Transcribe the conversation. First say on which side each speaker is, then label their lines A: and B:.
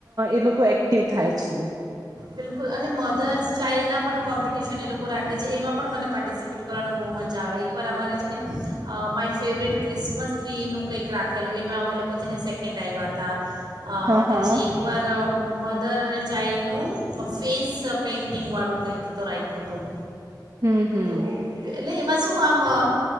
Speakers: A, on the right (about 50°); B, on the right (about 70°).
A: એ લોકો એક્ટિવ થાય છે.
B: બિલકુલ અને મધર્સ ચાઇલ્ડના પણ કોમ્પિટિશન એ લોકો રાખે છે. એમાં પણ મને પાર્ટિસિપેટ કરવાનું બહુ મજા આવે એકવાર અમારે છે ને માય ફેવરેટ ક્રિસમસ ટ્રીનું કંઈક રાખેલું એમાં અમે લોકો છે ને સેકન્ડ આવ્યા હતા. અ
A: હા
B: પછી
A: હા
B: એકવાર મધર અને ચાઇલ્ડનું ફેસ પેન્ટિંગ વાળું કઈક તો રાખ્યું તું
A: હમ
B: તો એટલે એમાં શું આમ અ